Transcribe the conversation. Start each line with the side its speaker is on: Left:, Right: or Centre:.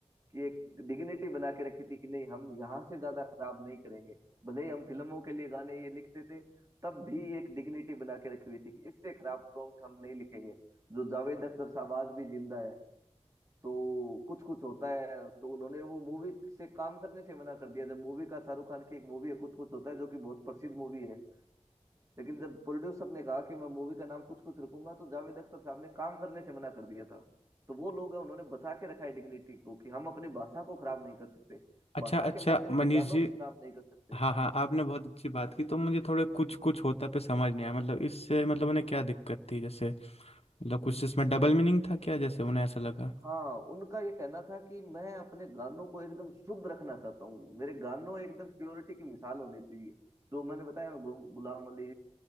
Right: कि एक डिग्निटी बना के रखी थी कि नहीं हम यहाँ से ज्यादा खराब नहीं करेंगे भले ही हम फिल्मों के लिए गाने ये लिखते थे तब भी एक डिग्निटी बना के रखी हुई थी कि इससे खराब प्रॉम्प्ट हम नहीं लिखेंगे जो जावेद अख्तर साहब आज भी जिंदा है तो कुछ कुछ होता है तो उन्होंने वो मूवी से काम करने से मना कर दिया जब मूवी का शाहरुख खान की एक मूवी है कुछ कुछ होता है जो कि बहुत प्रसिद्ध मूवी है लेकिन जब प्रोड्यूसर ने कहा कि मैं मूवी का नाम कुछ कुछ रखूंगा तो जावेद अख्तर साहब ने काम करने से मना कर दिया था तो वो लोग हैं उन्होंने बचा के रखा है डिग्निटी को कि हम अपनी भाषा को खराब नहीं कर सकते
Left: अच्छा
Right: भाषा
Left: अच्छा
Right: के माध्यम
Left: मनीष
Right: से गानों
Left: जी
Right: को खराब नहीं कर सकते
Left: हाँ हाँ आपने बहुत अच्छी बात की तो मुझे थोड़े कुछ कुछ होता पे समझ नहीं आया मतलब इससे मतलब उन्हें क्या दिक्कत थी जैसे मतलब कुछ इसमें डबल मीनिंग था क्या जैसे उन्हें ऐसा लगा
Right: हाँ उनका ये कहना था कि मैं अपने गानों को एकदम शुद्ध रखना चाहता हूँ मेरे गानों एकदम प्योरिटी की मिसाल होनी चाहिए जो मैंने बताया ना गु- गुलाम अली